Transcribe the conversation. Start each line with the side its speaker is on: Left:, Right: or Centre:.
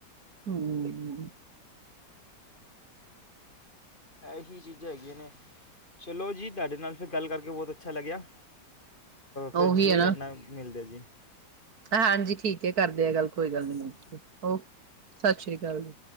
Right: ਹੂੰ
Left: ਇਹੀ ਚੀਜ਼ਾਂ ਹੈਗੀਆਂ ਨੇ ਚਲੋ ਜੀ ਤੁਹਾਡੇ ਨਾਲ ਫਿਰ ਗੱਲ ਕਰਕੇ ਬਹੁਤ ਅੱਛਾ ਲੱਗਿਆ। ਫਿਰ
Right: ਉਹੀ
Left: ਜ਼ਰੂਰ
Right: ਹੈ ਨਾ
Left: ਕੱਡਣਾ ਮਿਲਦੇ ਜੀ
Right: ਹਾਂਜੀ ਠੀਕ ਕਰਦੇ ਆ ਗੱਲ ਕੋਈ ਗੱਲ ਨੀ ਮੈਨੂੰ
Left: ਹਾਂਜੀ
Right: ਸਤਿ ਸ੍ਰੀ ਅਕਾਲ ਚੱਲ